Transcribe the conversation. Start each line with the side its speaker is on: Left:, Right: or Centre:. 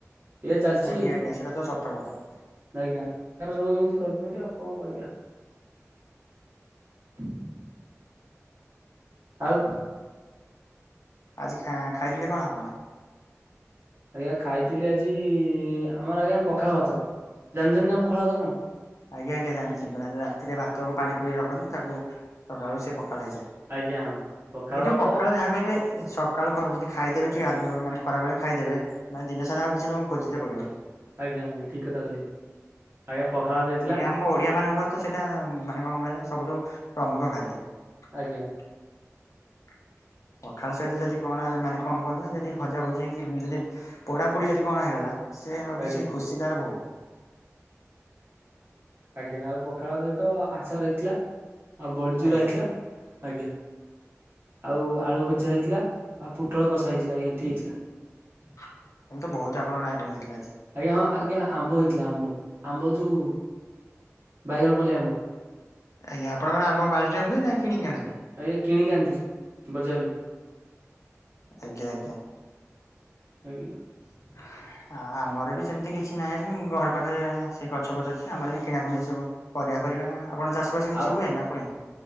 Right: ଏଇଆ ଚାଲିଛି
Left: ଆଜ୍ଞା, ଆଜ୍ଞା, ସେଟା ତ ସତ କଥା।
Right: ଆଜ୍ଞା। <inaudible> ସବୁ ଏମିତି କରି ଦିଅନ୍ତି, ଆଉ କଣ କରିଆ? <inaudible> ଆଉ!
Left: ଆଜି ଖାଁ ଖାଇଥିଲେ କଣ ଆପଣ?
Right: ଆଜ୍ଞା। ଖାଇ ଥିଲି ଆଜି-ଇ ଆମର ଆଜ୍ଞା, ପଖାଳ ଭାତ। ଜାଣିଛନ୍ତି ନା ପଖାଳ ଭାତ କଣ?
Left: ଆଜ୍ଞା ଆଜ୍ଞା, ଜାଣିଚି। ମାନେ, ରାତିରେ ଭାତକୁୁ ପାଣି ପୁରେଇ ରଖନ୍ତି, ତାକୁ ସକାଳୁ ସିଏ ପଖାଳ ହେଇଯାଏ।
Right: ଆଜ୍ଞା ହଁ
Left: କିନ୍ତୁ
Right: ଭାତ
Left: ପଖାଳ ଯାହା କହିବେ ସ କାଳୁ ଖ ଯଦି ଖାଇଦେବେ, କି ଗାଧୁଆ ମାନେ ଖରା ବେଳେ ଖାଇଦେବେ। ମାନେ ଦିନ ସାରା ଆଉ କିଛି ତମକୁ ଖୋଜିତେ ପଡ଼ିବନି।
Right: ଆଜ୍ଞା ଆଜ୍ଞା। ଠିକ୍ କଥା କହିଲେ। ଆଜ୍ଞା, ପଖାଳ ଭାତ ହେଇଥିଲା।
Left: ଆମ ଓଡ଼ିଆ ମାନଙ୍କର ତ ସେଟା ଉଁ ମାନେ କଣ କହିଲେ? ସବୁଠୁ ପ୍ରମୁଖ ଖାଦ୍ୟ।
Right: ଆଜ୍ଞା।
Left: <inaudible> ପଖାଳ ସହିତ ଯଦି କଣ ମାନେ କଣ କୁହନ୍ତି ନା? ଯଦି ଭଜା ଭୁଜି ହେଇକି, ଯଦି ପୋଡ଼ା ପୁଡ଼ି ଯଦି କଣ ହେଇଗଲା। ସେ ଆଉ
Right: ଆଜ୍ଞା
Left: କିଛି ଖୁସି ତାର ବୋହୁତ୍।
Right: ଆଜ୍ଞା। ଆଉ, ପଖାଳ ଭାତ ସହିତ ଆଚାର ହେଇଥିଲା। ଆଉ ବଡ଼ି ଚୁରା
Left: ଆଜ୍ଞା
Right: ହେଇଥିଲା। ଆଜ୍ଞା। ଆଉ ଆଳୁ ଭଜା ହେଇଥିଲା, ଆଉ ପୋଟଳ କଷା ହେଇଥିଲା। ଆଜ୍ଞା ଏତିକି ହେଇଥିଲା।
Left: ଆଜି ତ, ବୋହୁତ୍ ଆପଣଙ୍କର ଆଇଟମ୍ ହେଇଥିଲା ଆଜି।
Right: ଆଜ୍ଞା ହଁ, ଆଜ୍ଞା ଆମ୍ବ ହେଇଥିଲା ଆମ୍ବ। ଆମ୍ବ ଯୋଉ ବାଇଗଣ ପଲେଇ ଆମ୍ବ।
Left: ଆଜ୍ଞା, ଆପଣଙ୍କ ଆମ୍ବ ବାଡିରେ ହୁଏ ନା କିଣିକି ଆଣନ୍ତି।
Right: ଆୟା, କିଣିକି ଆଣିଥିଲୁ ବଜାରରୁ।
Left: ଆଜ୍ଞା ଆଜ୍ଞା।
Right: ଆଜ୍ଞା।
Left: <inaudible> ଆ ଆମରବି ସେମିତି କିଛି ନାହିଁ ଘର ପାଖରେ ସେ ଗଛ ବଛ ଅଛି ଆମରବି କିଣାକୁଣି ସବୁ। ପରିବା ଫରିବା ଆପଣ ଚାଷବାସ କିଛି
Right: ଆଉ
Left: ହୁଏ ନାହୁଏନି?